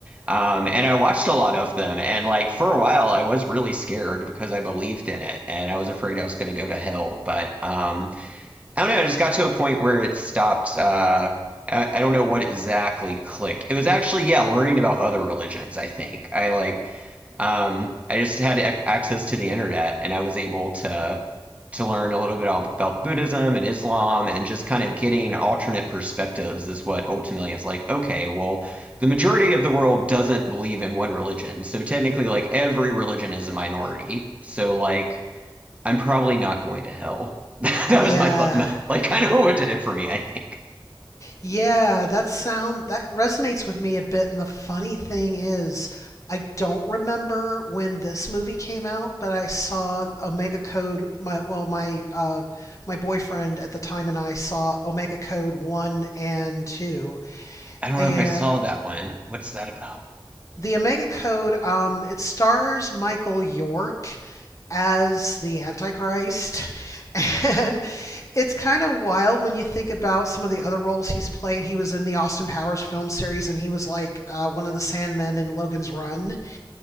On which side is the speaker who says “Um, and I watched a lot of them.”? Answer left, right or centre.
Right